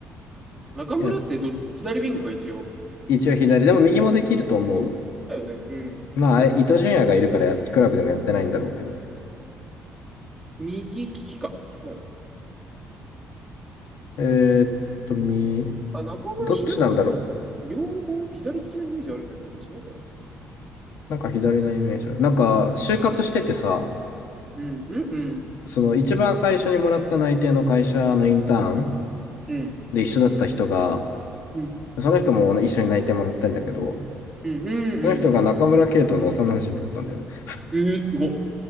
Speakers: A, in the centre; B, on the left.
A: 中村ってど左ウィングが一応。
B: いや、一応左、でも右もできると思う。
A: だよね。うん。
B: まあ、伊東純也がいるからやクラブでもやってないんだろうけど。
A: 右利きか。だよ。
B: えーっと、み、
A: あ、中村左の、
B: どっちなんだろう。
A: 両方左利きなイメージあるんだよな。違うかな。
B: なんか左のイメージある。なんか、就活しててさ、
A: うん、うん、うん。
B: そその一番最初にもらった内定の会社のインターン
A: うん。
B: で一緒だった人が、
A: うん、
B: その人も一緒に内定もらったんだけど、
A: うん、うん、
B: その人が中村圭斗の幼馴染だったんだよね。
A: うん。
B: だ
A: えー、すごい。